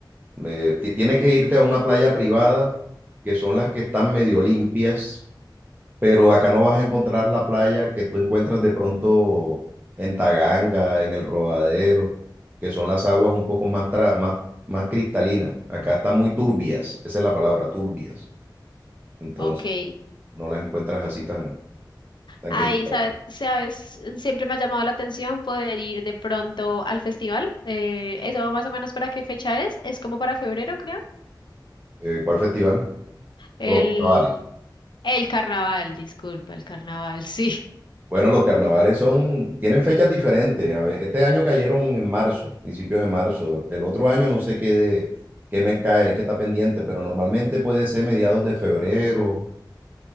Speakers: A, on the right; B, on the left.
A: eh, ti- tiene que irte a una playa privada, que son las que están medio limpias, pero acá no vas a encontrar la playa que tú encuentras de pronto en Taganga, en el Rodadero, que son las aguas un poco más, tra- más, más cristalinas. Acá están muy turbias, esa es la palabra, turbias. Entonces,
B: ok.
A: no las encuentras así tan, tan
B: Ay,
A: cristalinas.
B: sabe- sabes, siempre me ha llamado la atención poder ir de pronto al festival. Eh, ¿eso más o menos para qué fecha es? Es como para febrero, creo.
A: Eh, ¿cuál festival?
B: El,
A: Por los carnavales.
B: el carnaval, disculpa, el carnaval, <laughs> sí.
A: Bueno, los carnavales son, tienen fechas diferentes. A ver, este año cayeron en marzo, principios de marzo. El otro año no sé qué, de, qué mes cae, hay que estar pendiente, pero normalmente puede ser mediados de febrero,